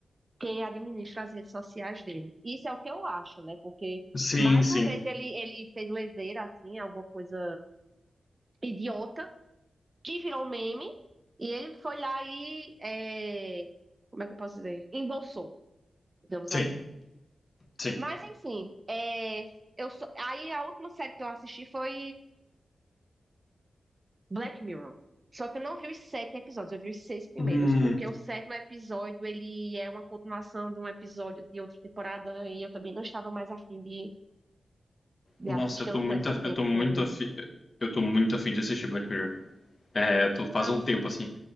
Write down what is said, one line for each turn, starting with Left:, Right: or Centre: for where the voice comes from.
Right: quem administra as redes sociais dele. Isso é o que eu acho, né? Porque,
Left: Sim,
Right: mais
Left: sim.
Right: uma vez, ele, ele fez leseira, assim, alguma coisa idiota, que virou meme, e ele foi lá e, é, como é que eu posso dizer? Embolsou, digamos
Left: Sim,
Right: assim.
Left: sim.
Right: Mas, enfim, é, eu sou- aí a última série que eu assisti foi Black Mirror. Só que eu não vi os sete episódios, eu vi os seis primeiros,
Left: Hum.
Right: porque o sétimo episódio ele é uma continuação de um episódio de outra temporada e eu também não estava mais afim de, de
Left: Nossa,
Right: assistir,
Left: eu tô
Right: eu não
Left: muito,
Right: tenho esse
Left: af-
Right: tempo
Left: eu tô muito
Right: todo livre.
Left: afim, eu tô muito afim de assistir Black Mirror. É, eu tô, faz
Right: Ah,
Left: um tempo assim.